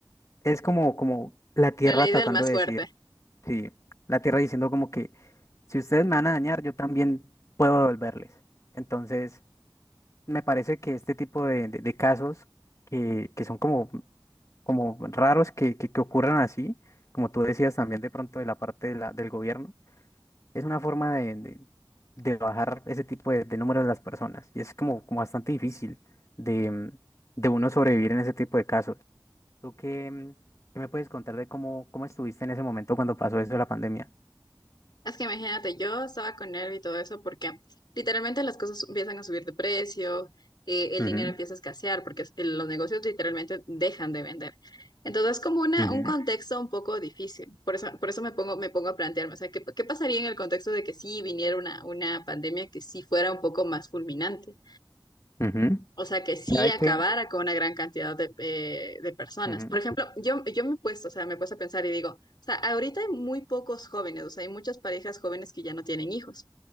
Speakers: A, on the left; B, on the left.
A: es como, como la tierra
B: La ley
A: tratando
B: del más
A: de
B: fuerte.
A: decir. Sí, la tierra diciendo como que si ustedes me van a dañar, yo también puedo devolverles. Entonces, me parece que este tipo de, de- de casos que, que son como, como raros que, que, que ocurran así, como tú decías también de pronto de la parte de la- del gobierno, es una forma de, de- de bajar ese tipo de, de número de las personas. Y es como, como bastante difícil de, mm, de uno sobrevivir en ese tipo de casos. ¿Tú qué, mm, qué me puedes contar de cómo, cómo estuviste en ese momento cuando pasó eso de la pandemia?
B: Es que imagínate, yo estaba con nervio y todo eso porque literalmente las cosas empiezan a subir de precio, eh, el
A: ujú,
B: dinero empieza a escasear porque es- los negocios literalmente dejan de vender. Entonces es como una,
A: ujú,
B: un contexto un poco difícil. Por eso, por eso me pongo, me pongo a plantearme, o sea, ¿qué, qué pasaría en el contexto de que sí viniera una, una pandemia que sí fuera un poco más fulminante?
A: ujú.
B: O sea, que sí
A: Mira, ve
B: acabara
A: que,
B: con una gran cantidad de, eh, de personas.
A: ujú,
B: Por ejemplo, yo, yo me he puesto, o sea, me he puesto a pensar y digo, o sea, ahorita hay muy pocos jóvenes, o sea, hay muchas parejas jóvenes que ya no tienen hijos.